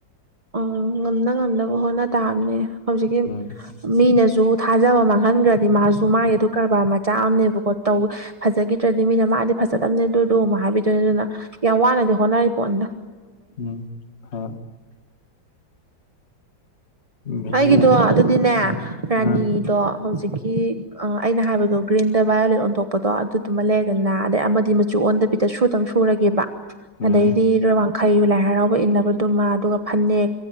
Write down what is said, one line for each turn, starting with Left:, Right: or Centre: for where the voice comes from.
Right: ꯑꯣ ꯉꯝꯅ ꯉꯝꯅꯕ ꯍꯣꯠꯅ ꯇꯥꯕꯅꯦ ꯍꯧꯖꯤꯛꯀꯤ
Left: ꯎꯝ
Right: ꯃꯤꯅꯁꯨ ꯁꯨ ꯊꯥꯖꯕ ꯃꯥꯡꯍꯟꯈ꯭ꯔꯗꯤ ꯃꯥꯁꯨ ꯃꯥꯒꯤ ꯑꯗꯨ ꯀꯔꯕꯥꯔ ꯃꯆꯥ ꯑꯃꯝꯅꯦꯕꯀꯣꯧ ꯐꯖꯈꯤꯗ꯭ꯔꯗꯤ ꯃꯤꯅ ꯃꯥ ꯃꯥꯗꯤ ꯐꯖꯗꯕꯅꯦ ꯑꯗꯨꯗ ꯑꯃꯨꯛ ꯍꯥꯏꯕꯤꯗꯣꯏꯅꯦ ꯑꯗꯨꯅ ꯌꯥꯝ ꯋꯥꯅꯗꯤ ꯍꯣꯠꯅꯔꯤ ꯄꯣꯠ ꯑꯗ
Left: ꯎꯝ ꯍ ꯕꯤꯖꯤꯅꯦꯁ
Right: ꯑꯩꯒꯤꯗꯣ ꯑꯗꯨꯗꯤꯅꯦ
Left: ꯑ
Right: ꯔꯥꯅꯤꯗꯣ
Left: ꯑ
Right: ꯍꯧꯖꯤꯛ ꯑ ꯑꯩꯅ ꯍꯥꯏꯕꯗꯣ ꯒ꯭ꯔꯤꯟꯗ ꯚꯥꯏꯌꯣꯂꯦꯠ ꯑꯣꯟꯊꯣꯛꯄꯗꯣ ꯑꯗꯨꯗꯨꯃ ꯂꯩꯔꯗꯅ ꯑꯗꯩ ꯑꯃꯗꯤ ꯃꯆꯨ ꯑꯣꯟꯗ ꯗ ꯁꯨꯗ ꯁꯨꯔꯒꯦꯕ
Left: ꯎꯝ
Right: ꯑꯗꯩꯗꯤ ꯔ ꯈꯩ ꯂꯥꯏ ꯍꯔꯥꯎꯕ ꯏꯟꯅꯕꯗꯨꯃ ꯑꯗꯨꯒ ꯐꯅꯦꯛ